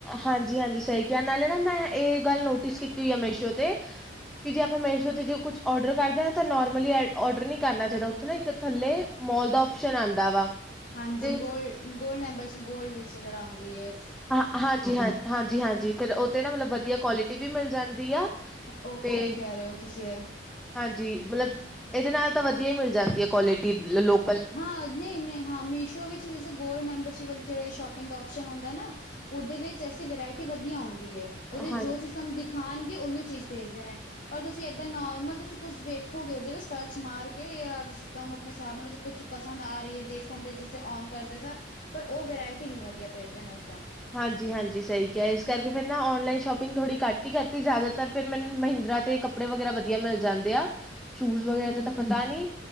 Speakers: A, in the centre; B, on the left (about 50°).
A: ਹਾਂਜੀ -ਹਾਂਜੀ ਸਹੀ ਕਿਹਾ, ਨਾਲੇ ਨਾ ਮੈਂ ਇਹ ਗੱਲ ਨੋਟਿਸ ਕੀਤੀ ਹੋਈ ਆ ਮੀਸ਼ੋ ਤੇ। ਕਿ ਜੇ ਆਪਾਂ ਮੇਸ਼ੋ ਤੇ ਜੇ ਕੁਛ ਔਡਰ ਕਰਦੇ ਹਾਂ ਨਾ ਤਾਂ ਨੋਰਮਲੀਅ ਓਡਰ ਨੀ ਕਰਨਾ ਚਾਹੀਦਾ। ਉੱਥੇ ਨਾ ਇੱਕ ਥੱਲੇ ਮੋਲ ਦਾ ਉਪਸ਼ਨ ਆਂਦਾ ਵਾ।
B: ਹਾਂਜੀ
A: ਤੇ
B: ਗੋਲ, ਗੋਲਡ ਮੈਂਬਰਸ਼ਿਪ ਗੋਲਡ ਵਿੱਚ ਜੇੜਾ ਹੁੰਦੀ ਏ।
A: ਹਾਂ ਹਾਂਜੀ -ਹਾਂਜੀ, ਹਾਂਜੀ -ਹਾਂਜੀ ਫੇਰ ਉਹ ਤੇ ਨਾ ਮਤਲਬ ਵਧੀਆ ਕੁਆਲਿਟੀ ਵੀ ਮਿਲ ਜਾਂਦੀ ਆ
B: ਉਹ
A: ਤੇ
B: ਸਹੀ ਕਹਿ ਰਹੇ ਹੋ ਤੁਸੀਂ ਐ।
A: ਹਾਂਜੀ, ਮਤਲਬ ਇਹਦੇ ਨਾਲ ਤਾਂ ਵਧੀਆ ਹੀ ਮਿਲ ਜਾਂਦੀ ਐ, ਕੁਆਲਿਟੀ ਲੋ ਲੋ
B: ਹਾਂ ਨਹੀਂ -ਨਹੀਂ ਹਾਂ ਮੀਸ਼ੋ ਵਿੱਚ ਜੈਸੇ ਗੋਲਡ ਮੈਂਬਰਸ਼ਿਪ ਜਿਹੜਾ ਸ਼ੋਪਿੰਗ ਦਾ ਆਪਸ਼ਨ ਹੁੰਦਾ ਨਾ ਉਹਦੇ ਵਿੱਚ ਐਸੇ ਵਰਾਇਟੀ ਵਧੀਆ ਹੁੰਦੀ ਏ, ਉਹਦੇ
A: ਹਾਂ
B: ਜੋ ਚੀਜ਼ ਸਾਨੂੰ ਦਿਖ। ਦਿਖਾਣਗੇ, ਉਹੀਓ ਚੀਜ਼ ਭੇਜਦੇ ਨੇ। ਪਰ ਤੁਸੀਂ ਐਦਾਂ ਨੋਰਮਲ ਤੁਸੀਂ ਕੁਛ ਵੇਖੋਗੇ, ਉਹਦੇ ਵਿੱਚ ਸਰਚ ਮਾਰ ਕੇ ਜਾਂ ਤੁਸੀਂ ਸਿੱਧਾ ਆਪਣੇ ਹਿਸਾਬ ਨਾਲ। ਕੁਛ ਪਸੰਦ ਆ ਰਹੀ ਹੈ ਦੇਖਣ ਦੇ ਜਿਸੇ ਓਨ ਕਰਦੇ ਸਾਰ, ਪਰ ਉਹ ਵਰਾਇਟੀ ਨਹੀਂ ਵਧੀਆ ਭੇਜਦੇ ਨੇ ਉੱਦਾਂ।
A: ਹਾਂਜੀ- ਹਾਂਜੀ ਸਹੀ ਕਿਹਾ ਹੈ, ਇਸ ਕਰਕੇ ਫੇਰ ਨਾ ਔਨਲਾਈਨ ਸ਼ੋਪਿੰਗ ਥੋੜ੍ਹੀ ਘੱਟ ਹੀ ਕਰਤੀ, ਜ਼ਿਆਦਾਤਰ ਫਿਰ ਮੈਨੂੰ ਮਹਿੰਦਰਾ ਤੇ ਕੱਪ ਕੱਪੜੇ ਵਗੈਰਾ ਵਧੀਆ ਮਿਲ ਜਾਂਦੇ ਆ। ਸ਼ੂਜ ਵਗੈਰਾ ਦਾ
B: ਹੂੰ
A: ਤਾਂ ਪਤਾ ਨੀ।